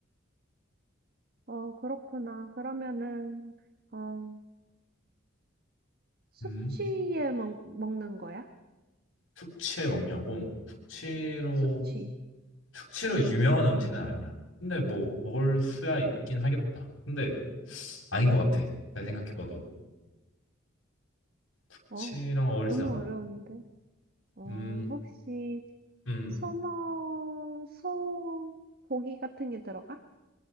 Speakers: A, on the right; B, on the left.
A: 어, 그렇구나. 그러면은, 어, 숙취에
B: 음,
A: 먹, 먹는 거야?
B: 숙취에 먹냐고? 숙취로,
A: 숙취.
B: 숙취로 유명한 음식은 아니야. 근데 뭐, 먹을 수야 있긴 하겠다. 근데 아닌 것 같아. 내가 생각해봐도. 숙취랑
A: 어,
B: 어울리지
A: 너무
B: 않아.
A: 어려운데. 어,
B: 음,
A: 혹시
B: 음,
A: 소머 소 고기 같은 게 들어가?